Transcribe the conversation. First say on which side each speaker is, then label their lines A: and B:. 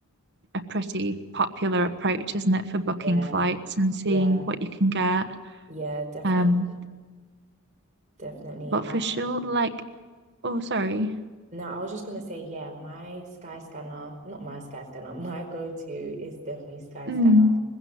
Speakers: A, on the right; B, on the right.
A: a pretty popular approach, isn't it, for booking
B: yeah,
A: flights and seeing
B: yeah,
A: what you can get.
B: yeah, definitely,
A: Um,
B: definitely.
A: but for sure, like oh sorry.
B: No, I was just gonna say, yeah, my Sky Scanner, not my Sky Scanner, <laughs> my go-to is definitely Sky
A: Mm,
B: Scanner.